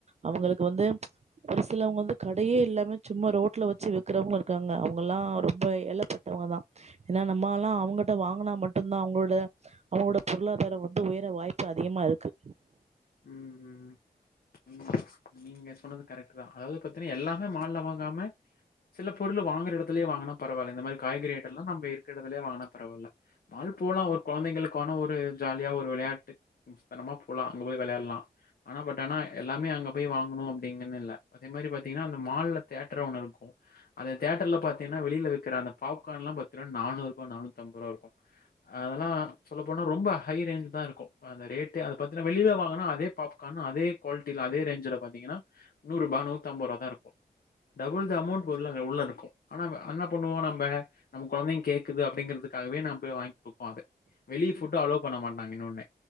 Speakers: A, on the right; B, on the left.
A: அவங்களுக்கு வந்து ஒரு சிலவங்க வந்து கடையே இல்லாமே சும்மா ரோட்ல வச்சு விக்கிறவங்கலும் இருக்காங்க அவங்கல்லா ரொம்ப ஏலப்பட்ட ங்க தான் ஏன்னா நம்மால்லா அவங்க வாங்கனா மட்டும்தான் அவங்களோட அவங்களோட பொருளாதாரம் வந்து உயர வாய்ப்பு அதிகமா இருக்கு
B: ம் ம் ம் நீங்க சொன்னது கரெக்ட் தான் அதாவது பாத்தீன்னா எல்லாமே மால்ல வாங்காம சில பொருள் வாங்கற இடத்துலயே வாங்குனா பரவால இந்த மாரி காய்கறி ஐட்டல்லா நம்ம இருக்க இடத்துலே வாங்கனா பரவால்ல மால் போலா ஒரு குழந்தைங்களுக் ஆன ஒரு ஜாலியா ஒரு விளையாட்டு தனமா போலா அங்க போய் வெலையாட்லா ஆனா பட் ஆனா எல்லாமே அங்க போய் வாங்கணு அப்டின் னு இல்ல அதே மாரி பாத்தீங்கன்னா அந்த மால்ல தேட்டர் ஒண்ணு இருக்கு அந்த தேட்டர்ல பாத்தீங்கன்னா வெளில விக்கிற அந்த பாப்கார்ன்லா பாத்தீனா நானூறு ரூபா நானூத்தம்ப து ரூவா இருக்கு அதெல்லா சொல்ல போனா ரொம்ப ஹை ரேஞ்ச் தா இருக்கு அந்த ரேட்டு அத பத் இதுனா வெளில வாங்குனா அதே பாப்கார்ன் அதே குவாலிட்டில அதே ரேஞ்ல பாத்தீங்கன்னா நூரூபா நூத்தம்பரூவா தா இருக்கு டபுள் த அமௌண்ட் உள்ள உள்ள இருக்கு ஆனா என்ன பண்ணுவோ நம்ப நம்ம கொழந்தைங்க கேக்குது அப்டிங்கிரத்துக் காவே நாம போயி வாங்கிகுடுப்போ அத வெளிய ஃபுட் அலோ பன்ன மாட்டங்க இன்னொன்னு